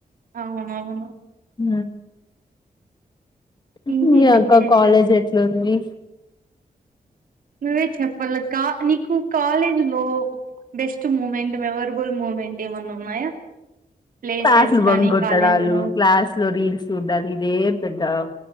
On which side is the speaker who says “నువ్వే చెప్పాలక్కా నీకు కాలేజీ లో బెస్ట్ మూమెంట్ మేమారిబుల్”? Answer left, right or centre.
Right